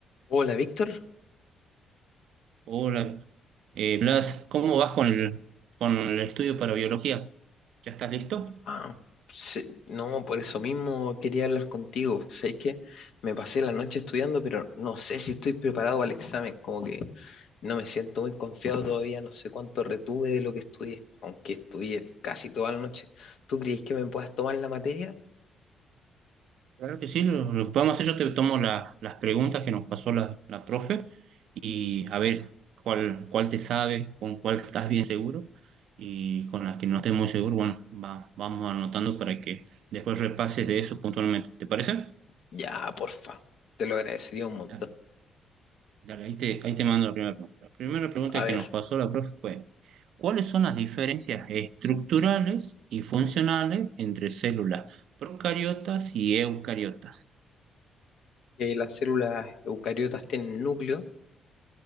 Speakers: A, on the left; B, on the right.
A: Hola, Víctor.
B: Hola, eh, Blas, ¿cómo vas con el, con el estudio para biología? ¿Ya estás listo?
A: Ah, sí, no, por eso mismo quería hablar contigo. Sabes que me pasé la noche estudiando, pero no sé si estoy preparado para el examen. Como que no me siento muy confiado todavía. No sé cuánto retuve de lo que estudié, aunque estudié casi toda la noche. ¿Tú crees que me puedas tomar la materia?
B: Claro que sí, lo, lo que vamos a hacer, yo te tomo la- las preguntas que nos pasó la, la profe y a ver cuál, cuál te sabe, con cuál estás bien seguro y con las que no estés muy seguro, bueno, va- vamos anotando para que después repases de eso puntualmente. ¿Te parece?
A: Ya, porfa. Te lo agradecería un montón.
B: Dale, dale, ahí te, ahí te mando la primera pregunta. La primera pregunta
A: A ver,
B: que nos pasó la profe fue... cuáles son las diferencias estructurales y funcionales entre células procariotas y eucariotas.
A: que las células eucariotas tienen núcleo